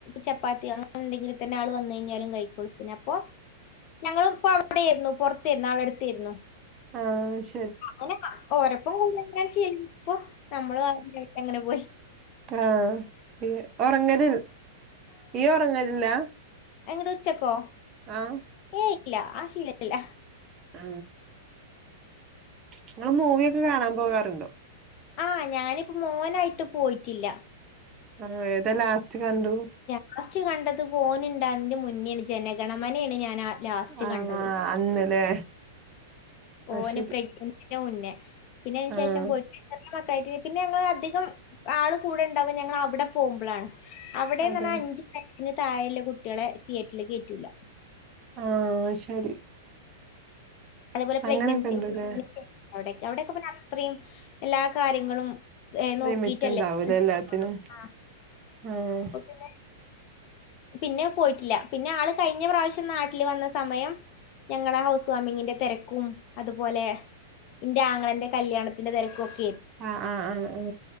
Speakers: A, on the left; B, on the right.
A: ചപ്പാത്തി അങ്ങനെ എന്തെങ്കിലും തന്നെ ആൾ വന്ന കാല കഴൊെ അപ്പൊ ഞങ്ങളും ഇപ്പ അവിടെയിരുന്നു പുറത്തരുന്നു ആള എടുത്തരുന്നു
B: ആഹ
A: അ ഓരപ്പം കൊടുങ്ങ ചെയ്യല്ല ഇപ്പ നമ്മള് ആരുായിട്ട് അങ്ങനെ പോയി
B: ആഹ ഉറങ്ങല ഈ ഉറങ്ങലില്ലാ
A: എങ്ങട്ട ഉച്ചക്കോ
B: ആഹ
A: ഏയ് ഇല്ല ആ ശീലല്ല
B: ആ നിങ്ങള്ൾ മൂവിയൊക്കെ കാണാൻ പോകാറുണ്ട്ോ
A: ആഹ ഞാനിപ്പോ മോനായിട്ട് പോയിട്ടില്ല
B: ആ ഏതെല്ലാം ലാസ്റ്റ് കണ്ടു
A: ലാസ്റ്റ് കണ്ടത് പോനുണ്ട അതിന്റെ മുന്നോണ് ജനഗണമനയാണ് ഞാൻാ ലാസ്റ്റ്
B: ആഹ്
A: കണ്ടത്
B: അന്ന്ല്ലേ അത്
A: ഓന
B: ശരി
A: പ്രഗ്നൻസി മുന്നേ പിന്നെ അതിനന്
B: ആഹ്
A: ശേഷം പോ മക്കളായിട്ട പിന്നെ ഞങ്ങൾ അധികം ആള് കൂടെണ്ടാവും ഞങ്ങ അവിടെ പോകുമ്പോഴാണ് അവിടെന്ന്
B: അതെ
A: പറഞ്ഞാൽ അഞ്ചു വയസ്സിന് താഴെയുള്ള കുട്ടികളെ തിയേറ്ററില് കയറ്റൂല
B: ആഹ ശരി
A: അതേപോലെ പ്രഗ്നൻസി
B: അങ്ങനൊക്കെ ഇണ്ട്ല്ലേ
A: അ അവിടെൊക്കെ അത്രയും എല്ലാ കാര്യങ്ങളും ഏഹ് നോക്കിയിട്ടല്ലേ.
B: ലിമിറ്റ് ഉണ്ടാവൂല
A: ആഹ്
B: എല്ലാത്തിനും ആഹ
A: അപ്പൊ പിന്നെ പിന്നെ പോയിട്ടില്ല പിന്നെ ആള് കഴിഞ്ഞ പ്രാവശ്യം നാട്ടില് വന്ന സമയം ഞങ്ങളെ ഹൗസ് വാമിങ്ങിന്റെ തിരക്കും അതുപോലെ ഇന്റെ ആങ്ങളാന്റെ കല്യാണത്തിന്റെ തിരക്കൊക്കെ
B: ആഹ ആഹ് ആഹ് ആഹ